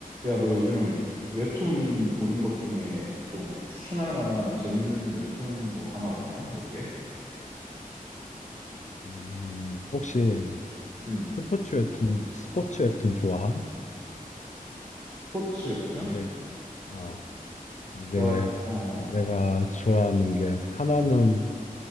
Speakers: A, on the right; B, on the left.
A: 야, 너 요즘 웹툰 보는 것 중에 좀 추천할 만한 재밌는 웹툰 뭐 하나 없냐? 몇 개?
B: 음, 혹시
A: 응.
B: 스포츠 웹툰, 스포츠 웹툰 좋아함?
A: 스포츠 웹툰?
B: 이게, 어, 이게
A: 나, 어, 어,
B: 내가 좋아하는 게 하나는